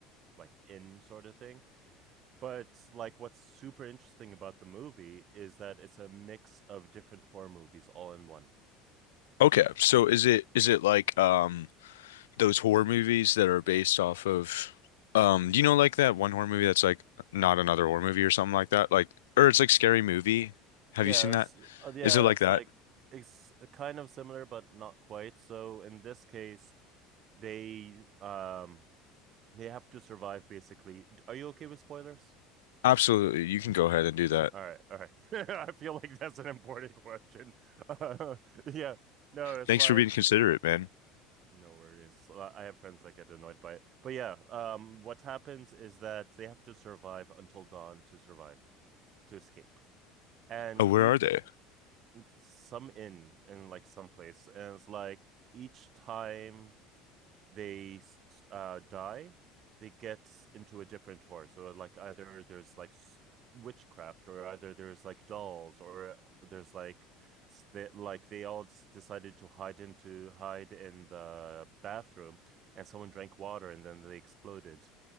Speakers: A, on the right; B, on the left.
A: like in sort of thing. But like what's super interesting about the movie is that it's a mix of different horror movies all in one.
B: Okay, so is it is it like um those horror movies that are based off of um do you know like that one horror movie that's like not another horror movie or something like that? Like or it's like Scary Movie. Have
A: Yeah,
B: you seen that?
A: it's, uh, yeah,
B: Is it like
A: it's
B: that?
A: like it's kind of similar but not quite. So in this case, they um they have to survive basically. D- Are you okay with spoilers?
B: Absolutely. You can go ahead
A: Uh,
B: and do that.
A: All right, all right. <laughs> I feel like that's an important question. <laughs> Uh, yeah. No, it's
B: Thanks
A: like
B: for being considerate, man.
A: No worries. So I I have friends that get annoyed by it. But yeah, um, what happens is that they have to survive until dawn to survive, to escape. And
B: Oh, where
A: each
B: are they?
A: some inn in like some place, and it's like each time they uh die, they get into a different horror. So like either there's like s- witchcraft, or either there's like dolls, or uh, there's like s- they, like they all s- decided to hide into hide in the bathroom, and someone drank water, and then they exploded.